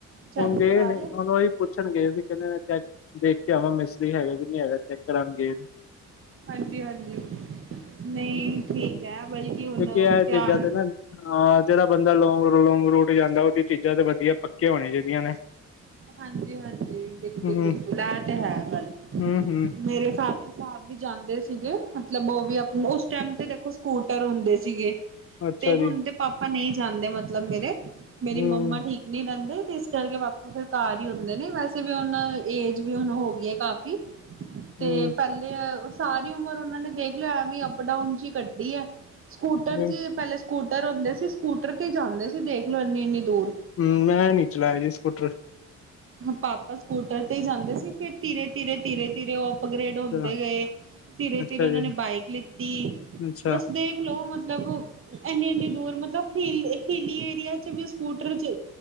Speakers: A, on the right; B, on the left.
A: ਚੈੱਕ
B: ਹੁਣ ਗਏ
A: ਕਰਾ
B: ਨੇ
A: ਲਏ
B: ਏ ਨ <inaudible> ਈ ਪੁੱਛਣ ਗਏ ਸੀ ਕਹਿੰਦੇ ਚੈੱਕ ਦੇਖ ਕੇ ਆਵਾਂ ਮਿਸਤਰੀ ਹੈਗਾ ਕਿ ਨਹੀਂ ਹੈਗਾ ਚੈੱਕ ਕਰਨਗੇ।
A: ਹਾਂਜੀ, ਹਾਂਜੀ ਨਹੀਂ ਠੀਕ ਹੈ ਬਲਕਿ ਹੁਣ
B: ਕਿਉਂਕਿ ਇਹ
A: ਧਿਆਨ।
B: ਚੀਜ਼ਾਂ ਤੇ ਨਾ ਹਾਂ ਜਿਹੜਾ ਬੰਦਾ ਲੋਂਗ ਲੋਂਂਗ ਰੂਟ ਜਾਂਦਾ ਉਹਦੀ ਚੀਜ਼ਾਂ ਤੇ ਵਧੀਆ ਪੱਕੇ ਹੋਣੇ ਚਾਹੀਦੀਆਂ ਨੇ।
A: ਹਾਂਜੀ ਹਾਂਜੀ ਬਿਲਕੁਲ
B: ਹੂੰ
A: ਬਿਲਕੁਲ ਇਹ ਤੇ ਹੈ ਗੱਲ
B: ਹੂੰ ਹੂੰ
A: ਮੇਰੇ ਫਾਦਰ ਸਾਹਿਬ ਵੀ ਜਾਂਦੇ ਸੀਗੇ ਮਤਲਬ ਉਹ ਵੀ ਉਸ ਟਾਈਮ ਤੇ ਦੇਖੋ ਸਕੂਟਰ ਹੁੰਦੇ ਸੀਗੇ।
B: ਅੱਛਾ
A: ਤੇ ਹੁਣ
B: ਜੀ,
A: ਤੇ ਪਾਪਾ ਨਹੀਂ ਜਾਣਦੇ ਮਤਲਬ ਮੇਰੇ ਮੇਰੀ
B: ਹੂੰ,
A: ਮੰਮਾ ਠੀਕ ਨਹੀਂ ਰਹਿੰਦੇ ਤੇ ਇਸ ਕਰ ਕੇ ਪਾਪਾ ਫਿਰ ਘਰ ਹੀ ਹੁੰਦੇ ਨੇ ਵੈਸੇ ਵੀ ਉਹਨਾਂ ਏਜ ਵੀ ਹੁਣ ਹੋ ਗਈ ਹੈ ਕਾਫ਼ੀ ਤੇ
B: ਹੂੰ,
A: ਪੈਲੇ ਸਾਰੀ ਉਮਰ ਉਹਨਾਂ ਨੇ ਦੇਖ ਲਿਆ, ਐਵੇਂ ਅਪ ਡਾਊਨ ਚ ਹੀ ਕੱਢੀ ਐ। ਸਕੂਟਰ
B: ਨਹੀਂ,
A: ਸੀ, ਪਹਿਲੇ ਸਕੂਟਰ ਹੁੰਦੇ ਸੀ ਸਕੂਟਰ ਤੇ ਜਾਂਦੇ ਸੀ ਦੇਖਲੋ ਇੰਨੀ-ਇੰਨੀ ਦੂਰ।
B: ਹਮ ਮੈਂ ਨੀ ਚਲਾਇਆ ਜੀ ਸਕੂਟਰ।
A: ਪਾਪਾ ਸਕੂਟਰ ਤੇ ਜਾਂਦੇ ਸੀ ਫਿਰ ਧੀਰੇ, ਧੀਰੇ, ਧੀਰੇ, ਧੀਰੇ ਉਹ ਅਪਗ੍ਰੇਡ
B: ਅੱਛਾ
A: ਹੁੰਦੇ ਗਏ ਧੀਰੇ
B: ਅੱਛਾ
A: ਧੀਰੇ ਉਹਨਾਂ
B: ਜੀ,
A: ਨੇ ਬਾਈਕ ਲਿੱਤੀ
B: ਅੱਛਾ,
A: ਬਸ ਦੇਖ ਖਲੋ ਮਤਲਬ ਇੰਨੇ ਇਨੀ ਦੂਰ ਮਤਲਬ ਹ ਹਿਲੀ ਏਰੀਆ ਚ ਵੀ ਸਕੂਟਰ ਚ